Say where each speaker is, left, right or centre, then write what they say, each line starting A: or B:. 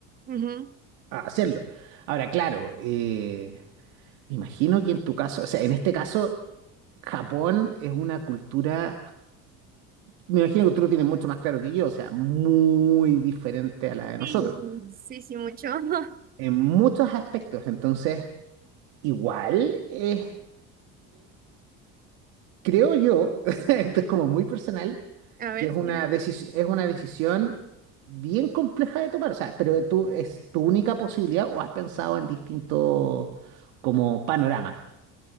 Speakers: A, on the right; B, on the right.
A: Ujú.
B: a hacerlo. Ahora, claro, eh, me imagino que en tu caso, o sea, en este caso, Japón es una cultura, me imagino que tú lo tienes mucho más claro que yo, o sea, muy diferente a la de
A: Sí,
B: nosotros,
A: sí, sí, mucho. <laughs>
B: en muchos aspectos, entonces, igual es... creo yo, <laughs> esto es como muy personal,
A: A ver,
B: que es
A: sí,
B: una
A: dale.
B: decisión, es una decisión bien compleja de tomar, o sea, pero tú, ¿es tu única posibilidad o has pensado en distintos como panorama?